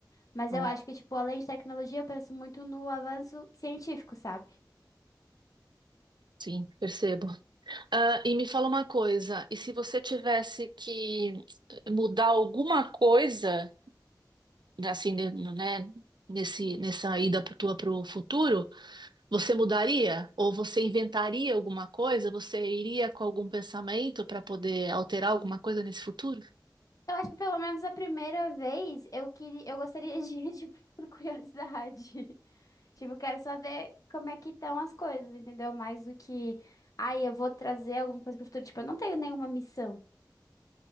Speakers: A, on the left; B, on the right.
A: Mas
B: Hum,
A: eu acho que, tipo, além de tecnologia, eu penso muito no avanço científico, sabe?
B: Sim, percebo. Ah, e me fala uma coisa, e se você tivesse que mudar alguma coisa, né, assim, ne- né, nesse, nessa ida pro- tua para o futuro, você mudaria? Ou você inventaria alguma coisa? Você iria com algum pensamento para poder alterar alguma coisa nesse futuro?
A: Eu acho que pelo menos a primeira vez eu queria, eu gostaria de, <laughs> tipo, por curiosidade. <laughs> Tipo, quero só ver como é que estão as coisas, entendeu? Mais do que, ai, eu vou trazer alguma coisa pro futuro. Tipo, eu não tenho nenhuma missão.